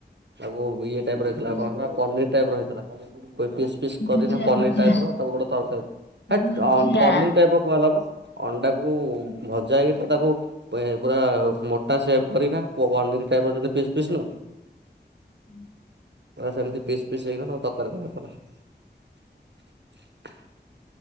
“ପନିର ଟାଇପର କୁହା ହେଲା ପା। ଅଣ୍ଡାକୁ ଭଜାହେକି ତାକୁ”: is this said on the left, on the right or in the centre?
Right